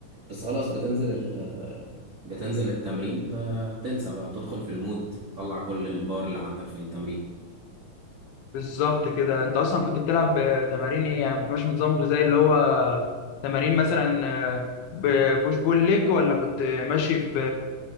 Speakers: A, on the right; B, on the left.
A: بس خلاص بتنزل ال... بتنزل التمرين بتنسى بقى تدخل في المود تطلع كل البار اللي عندك في التمرين
B: بالظبط كده انت اصلا كنت بتلعب آه، تمارين ايه يعني كنت ماشي بنظام غذائي اللي هو تمارين مثلا آه، ببوش بول ليج ولا كنت ماشي ب